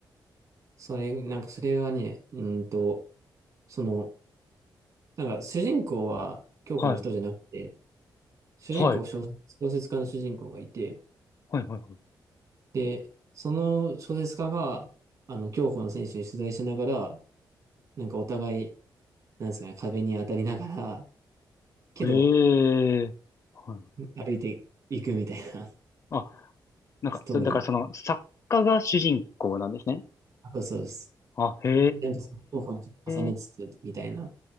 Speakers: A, on the right; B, on the left.
A: それ、なんか、それはね、うーんと、その、なんか、主人公は享保の人じゃなくて、
B: はい。
A: 主人公、
B: は
A: 小小説家の主人公がいて、
B: いはいは
A: で、その小説家が、あの、競歩の選手に取材しながら、なんかお互い、なんですかね、壁に当たりながら、けど、
B: い。ええはい。
A: 歩いていくみたいな <laughs>
B: あ、なんか、
A: ストーリー。
B: そだからその、作家が主人公なんですね。
A: あそうですそうです。
B: あ、へ
A: でなんかその競歩にちょっと重ねつつ、
B: え。
A: みたいな。